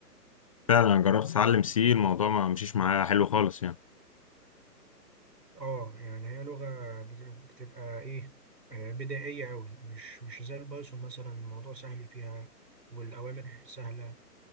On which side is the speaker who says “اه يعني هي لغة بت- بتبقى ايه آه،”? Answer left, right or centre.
Right